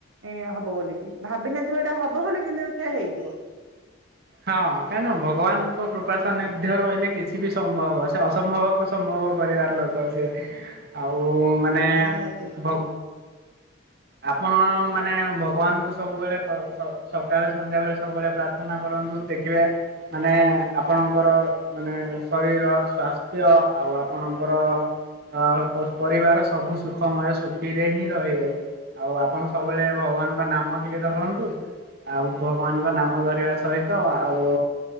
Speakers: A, on the right (about 85°); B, on the right (about 55°).
A: ଏ ହବ ବୋଲି କି ଭାବିିନଥିବ ଏଇଟା ହବ ବୋଲି କିନ୍ତୁ ସେ ହେଇଯିବ।
B: ହଁ କାହିଁ ନା ଭଗବାନଙ୍କ କୃପା ସାନିଧ୍ୟ ରହିଲେ କିଛି ବି ସମ୍ଭବ ସେ ଅସମ୍ଭବ କୁ ସମ୍ଭବ କରିବାର ଲୋକ ସିଏ। ଆଉ ମାନେ
A: ନିହାତି।
B: ଭ ଆପଣ ମାନେ ଭଗବାନଙ୍କୁ ସବୁବେଳେ ସ ସକାଳେ ସନ୍ଧ୍ୟା ବେଳେ ସବୁବେଳେ ପ୍ରାର୍ଥନା କରନ୍ତୁ ଦେଖିବେ ମାନେ ଆପଣଙ୍କର ମାନେ ଶରିର ସ୍ୱାସ୍ଥ୍ୟ ଆଉ ଆପଣଙ୍କର। ଆଁ ପରିବାର ସବୁ ସୁଖମୟ ସୁଖୀରେ ହିଁ ରହିବେ। ଆଉ ଆପଣ ସବୁବେଳେ ଭଗବାନଙ୍କ ନାମ ଟିକେ ଧରନ୍ତୁ ଆଉ ଭଗବାନଙ୍କ ନାମ ଧରିବା ସହିତ ଆଉ